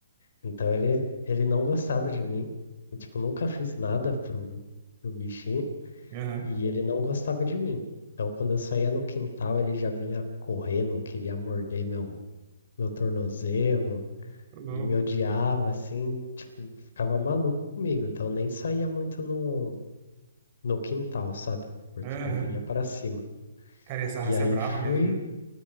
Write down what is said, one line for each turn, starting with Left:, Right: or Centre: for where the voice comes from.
Left: Então ele, ele não gostava de mim. Eu, tipo, nunca fiz nada pro, pro bichinho
Right: é. Aham.
Left: e ele não gostava de mim. Então quando eu saía no quintal, ele já vinha correndo, queria morder meu, meu tornozelo,
Right: Ô, louco.
Left: me odiava, assim, tipo, ficava maluco comigo. Então eu nem saía muito no, no quintal, sabe? Porque
Right: Aham.
Left: ele vinha para cima.
Right: Cara, e essa raça
Left: E aí
Right: é brava
Left: fui,
Right: mesmo, né?